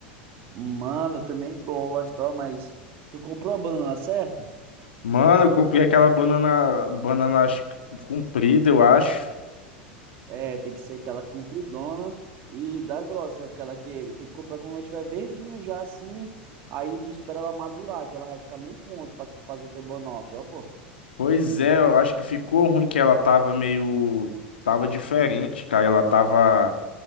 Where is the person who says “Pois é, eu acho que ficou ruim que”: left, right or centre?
Left